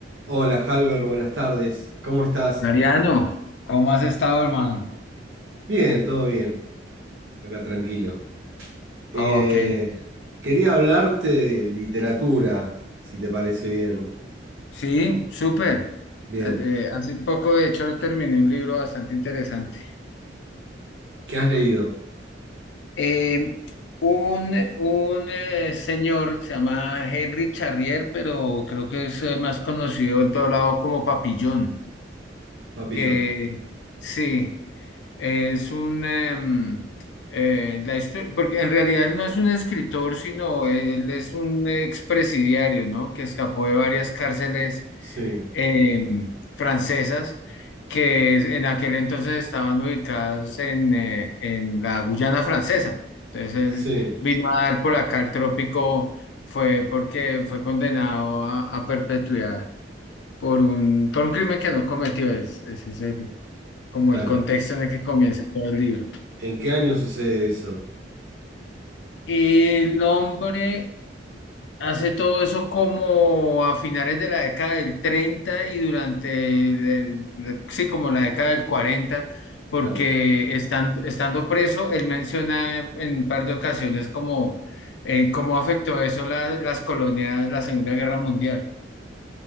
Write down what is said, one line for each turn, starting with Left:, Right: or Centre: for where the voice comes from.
Right: Hola, Halber, buenas tardes. ¿Cómo estás?
Left: Mariano, ¿cómo has estado, hermano?
Right: Bien, todo bien. Acá tranquilo. Eh,
Left: Ah, ok.
Right: quería hablarte de literatura, si te parece bien.
Left: Sí, súper.
Right: Bien.
Left: Eh, eh, hace poco, de hecho, terminé un libro bastante interesante.
Right: ¿Qué has leído,
Left: Eh, un un eh, señor que se llama Henry Charrier, pero creo que es eh, más conocido en todo lado como Papillón,
Right: papillón?
Left: que sí, es un... em, eh, la histo- porque en realidad él no es un escritor, sino él es un expresidiario, ¿no? Que escapó de varias cárceles
Right: Sí,
Left: em, francesas que es- en aquel entonces estaban ubicadas en, eh, en la Guyana francesa. Entonces él
Right: sí,
Left: vino a dar por acá el trópico, fue porque fue condenado a, a perpetuidad por un, por un crimen que no cometió. Es, ese es el- como
Right: claro.
Left: el contexto en el que comienza todo el libro.
Right: ¿En qué año sucede eso?
Left: El hombre Hace todo eso como a finales de la década del 30 y durante el, el- la- sí, como la década del 40, porque
Right: Claro,
Left: estando, estando preso, él menciona en un par de ocasiones como eh, cómo afectó eso la- las colonias, la Segunda Guerra Mundial.